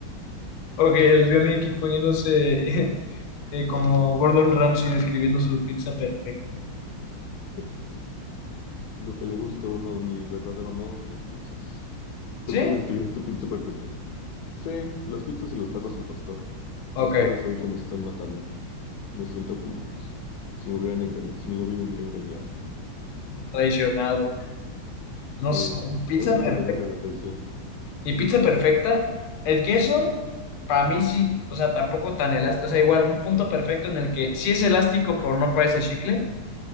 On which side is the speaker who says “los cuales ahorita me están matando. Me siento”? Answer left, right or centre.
Left